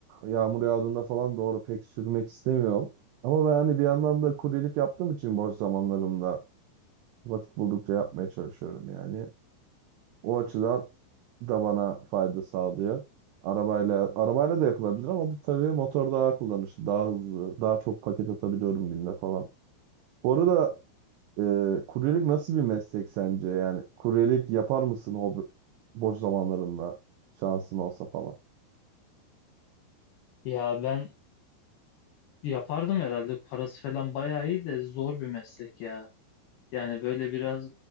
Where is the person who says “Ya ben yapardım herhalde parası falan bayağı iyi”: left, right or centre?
Left